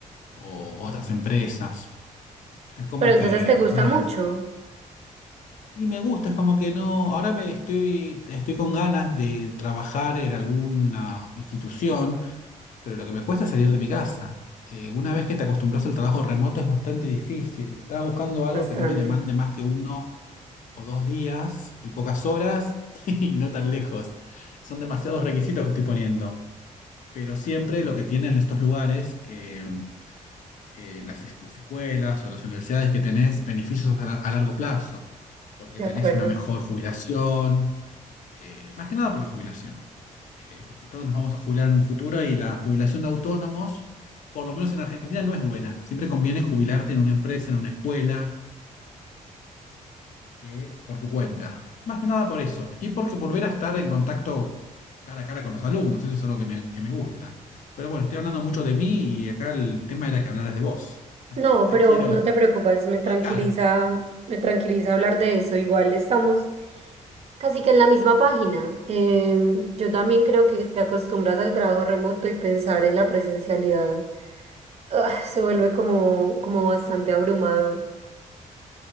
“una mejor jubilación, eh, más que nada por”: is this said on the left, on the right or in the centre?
Left